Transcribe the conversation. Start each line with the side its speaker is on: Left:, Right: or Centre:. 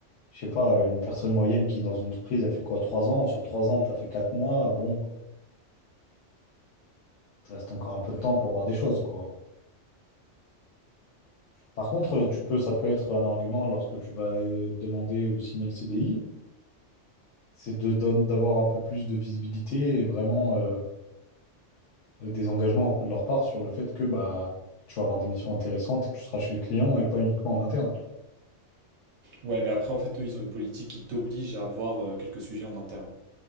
Left: je sais pas, une personne moyenne qui, dans une entreprise, elle fait quoi, trois ans? Sur trois ans, t'as fait quatre mois, bon, il te reste encore un peu
Right: Ouais.
Left: de temps pour voir des choses, quoi. Par contre, euh, tu peux, ça peut être un argument lorsque tu vas euh, demander ou signer le CDI, c'est de don- d'avoir un peu plus de visibilité et vraiment. euh, euh, des engagements un peu de leur part sur le fait que bah, tu vas avoir des missions intéressantes et que tu seras chez le client et pas uniquement en interne.
Right: Ouais, mais après, en fait, eux, ils ont une politique qui t'oblige à avoir euh, quelques sujets en interne.